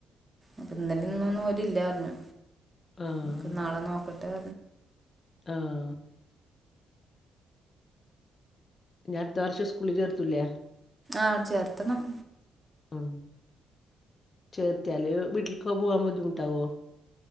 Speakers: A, on the right (about 20°); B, on the left (about 40°).
A: അപ്പൊ ഇന്നലും ഇന്ന ഒന്നും അവരി ഇല്ല പറിഞ്ഞു
B: ആഹ്
A: നക്ക് നാളെ നോക്കട്ടെ
B: ആഹ് ഞ്ഞി അടുത്ത വർഷം സ്കൂളിൽ ചേർത്തൂല്ലേ
A: ആഹ് ചേർത്തണം
B: ഉം ചേർത്തിയയാല് വീട്ടിലക്ക പോവാൻ ബുദ്ധിമുട്ടാവോ